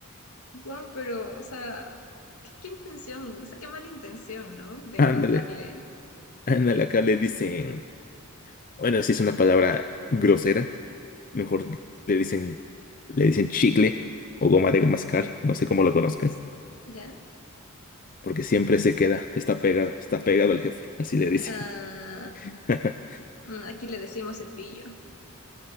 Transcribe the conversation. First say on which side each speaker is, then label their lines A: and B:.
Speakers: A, on the left; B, on the left.
A: Guau, pero, o sea, ¿qué, qué intención? O sea, qué mala intención, ¿no?
B: <laughs>
A: De
B: Ándale,
A: contarle,
B: ándale, acá le dicen, bueno, si es una palabra grosera, mejor le dicen, le dicen chicle o goma de mascar, no sé cómo lo conozcas,
A: ¿ya?
B: porque siempre se queda, está pegado, está pegado al jefe, así le dicen.
A: Ah,
B: <laughs>
A: mm, aquí le decimos cepillo.